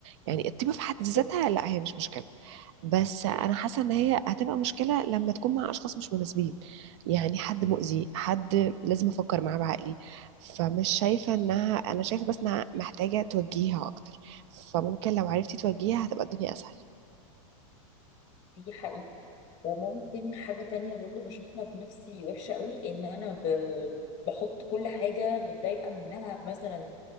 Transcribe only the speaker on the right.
يعني الطيبه في حد
ذاتها لا هي مش مشكله بس انا حاسه ان هي هتبقى مشكله لما تكون مع اشخاص مش مناسبين يعني حد مؤذي حد لازم افكر معاه بعقلي فمش شايفه انها انا شايفه بس انها محتاجه توجيهها اكتر فممكن لو عرفتي توجيهها هتبقى الدنيا اسهل